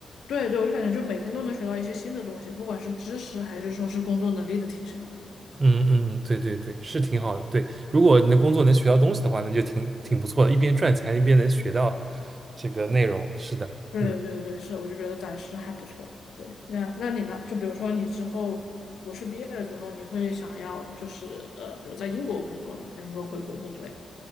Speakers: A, on the left; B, on the right.
A: 对对，我就感觉就每天都能学到一些新的东西，不管是知识还是说是工作能力的提升。
B: 嗯嗯，对对对，是挺好的。对，如果你的工作能学到东西的话，那就挺挺不错的，一边赚钱一边能学到这个内容。是的，
A: 对对对，
B: 嗯，
A: 是，我就觉得暂时还不错。对，那那你呢？就比如说你之后博士毕业了之后，你会想要就是呃，比如在英国工作呢，还是说回国工作呀？